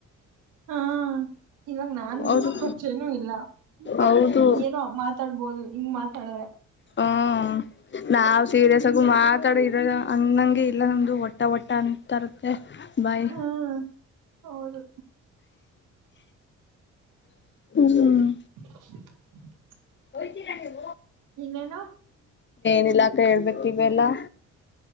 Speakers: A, on the right; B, on the left.
A: ಹಾ ಇವಾಗ ನಾನು
B: ಹೌದು
A: ಇನ್ನ ಪರಿಚಯನೂ ಇಲ್ಲ ಬಟ್
B: ಹೌದು
A: ಏನೋ ಮಾತಾಡ್ಬೋದು ಹಿಂಗ್ ಮಾತಾಡ್ರೆ.
B: ಹ್ಮ ನಾವ್ ಸೀರಿಯಸ್ ಆಗು ಮಾತಾಡ ಅನ್ನಂಗೆ ಇಲ್ಲ ನಂದು ಒಟ್ಟ ವಟ್ಟ ಅಂತಂತರುತ್ತೆ. ಬಾಯ್
A: ಹ್ಮ್ ಹೌದು
B: ಹ್ಮ
A: <inaudible>
B: <inaudible>
A: ಇನ್ನೇನು
B: ನಿಲ್ಲಾಕ ಹೇಳ್ಬೇಕ್ ನೀವೆಲ್ಲಾ.